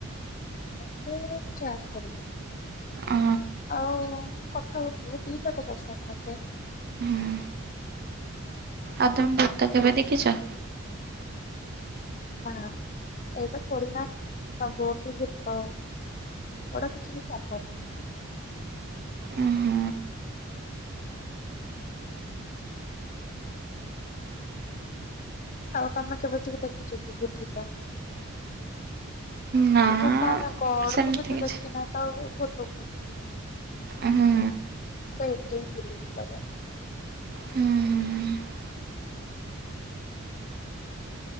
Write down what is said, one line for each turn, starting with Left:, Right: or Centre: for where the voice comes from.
Left: ମତେ ଚାଟ୍ କରିବାକୁ।
Right: ଅଁ,
Left: ଆଉ କଥା ହବାକୁ ଦିଇଟାକ ପସନ୍ଦ ମୋତେ।
Right: ହୁଁ ଆଉ ତମେ ଭୂତ କେବେ ଦେଖିଛ।
Left: ନା ମ ଏଇଟା ଥୋଡିନା <unintelligible> ଗୀତ। ଏଡା କିଛି ବି ସମ୍ପର୍କ।
Right: ଉହୁଁ,
Left: ଆଉ ତମେ କେବେ ଟିକେ ଦେଖିଛ କି ପୂଜା
Right: ନା,
Left: ଇଭନ୍ ତ ଆମେ କଡକୁ
Right: ସେମିତି
Left: ବି ତ
Right: କିଛି,
Left: ଦେଖି ନାହିଁ।
Right: ଉହୁଁ,
Left: ତ ଏତରେ ମୁଁ ବିଲଭ କରେ।
Right: ଉହୁଁ,